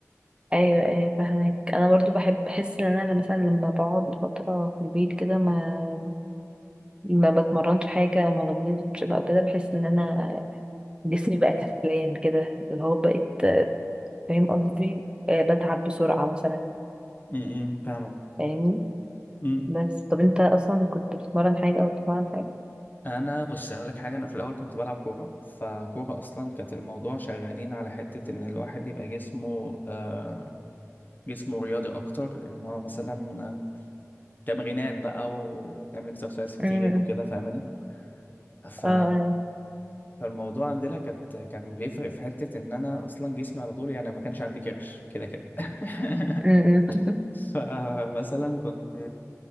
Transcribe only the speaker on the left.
امم فاهمك
امم
انا بص هقول لك حاجه انا في الاول كنت بلعب كوره فكوره اصلا كانت الموضوع شغالين على حته ان الواحد يبقى جسمه آه جسمه رياضي اكتر ان هو مثلا تمرينات بقى ونعمل اكسرسايز كتير
وكده فاهماني ف
فالموضوع عندنا كانت كان بيفرق في حتة إن أنا أصلا جسمي على طول يعني ما كانش عندي كرش كده كده <laughs>
فمثلا كنت